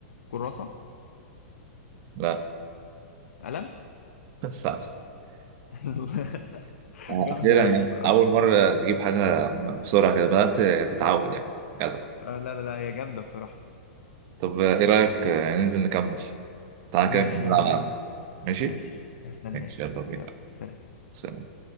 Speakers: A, on the left; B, on the right.
A: كراسة
B: لا
A: قلم
B: صح
A: <laughs>
B: آه،
A: جامدة
B: اخيرا يعني
A: أوي بصراحة
B: اول مره تجيب حاجه بسرعه كده بدات تتعود يعني جدع
A: آه لا لا هي جامدة بصراحة
B: طب آه، ايه رايك آه، ننزل نكمل تعالى
A: ماشي
B: كده نكمل
A: يلا
B: على
A: بينا
B: القهوة. ماشي
A: ماشي هستناك
B: ماشي يلا بينا
A: يلا سلام
B: سلام